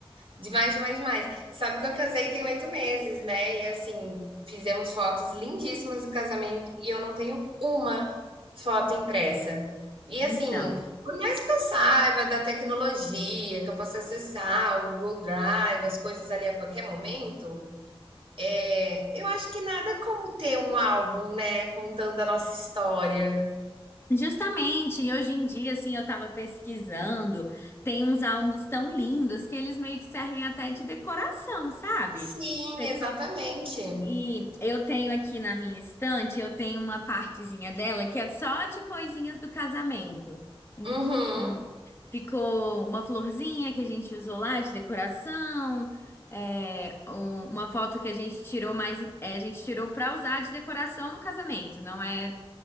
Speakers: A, on the right; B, on the left.
A: Demais, demais, demais. Sabe que eu casei tem oito meses, né? E assim, fizemos fotos lindíssimas do casamento e eu não tenho uma foto impressa. E
B: Então.
A: assim, por mais que eu saiba da tecnologia, que eu possa acessar o Google Drive, as coisas ali a qualquer momento. É, eu acho que nada como ter um álbum, né, contando a nossa história.
B: Justamente, e hoje em dia, assim, eu tava pesquisando, tem uns álbuns tão lindos que eles meio que servem até de decoração, sabe?
A: Sim,
B: Você
A: exatamente.
B: co- E eu tenho aqui na minha estante, eu tenho uma partezinha dela que é só de coisinhas do casamento. Então,
A: Uhum.
B: ficou uma florzinha que a gente usou lá de decoração, é, um- uma foto que a gente tirou mas é, a gente tirou pra usar de decoração no casamento, não é,